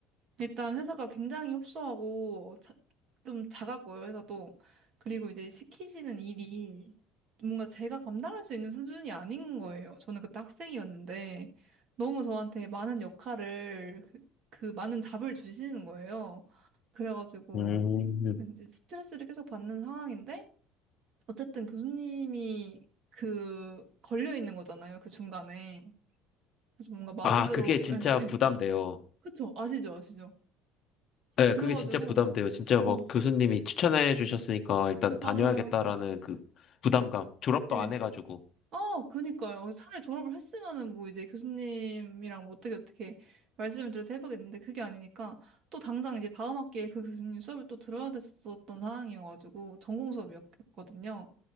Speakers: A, on the right (about 40°); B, on the left (about 35°).
A: 일단 회사가 굉장히 협소하고 자- 좀 작았고요, 회사도. 그리고 이제 시키시는 일이 뭔가 제가 감당할 수 있는 수준이 아닌 거예요. 저는 그때 학생이었는데 너무 저한테 많은 역할을 그, 그 많은 잡을 주시는 거예요. 그래가지고
B: 음.
A: 이제 스트레스를 계속 받는 상황인데 어쨌든 교수님이 그 걸려 있는 거잖아요, 그 중간에. 그래서 뭔가 마음대로
B: 아 그게 진짜
A: 예, 예,
B: 부담돼요.
A: 그쵸? 아시죠? 아시죠?
B: 네,
A: 그래가지고,
B: 그게 진짜 부담돼요. 진짜
A: 어,
B: 막 교수님이 추천해 주셨으니까 일단
A: 맞아요.
B: 다녀야겠다라는 그 부담감. 졸업도
A: 예.
B: 안 해가지고.
A: 아, 그니까요. 차라리 졸업을 했으면은 뭐 이제 교수님이랑 뭐 어떻게 어떻게 말씀을 드려서 해보겠는데 그게 아니니까 또 당장 이제 다음 학기에 그 교수님 수업을 또 들어야 됐었던 상황이어가지고 전공 수업이었거든요.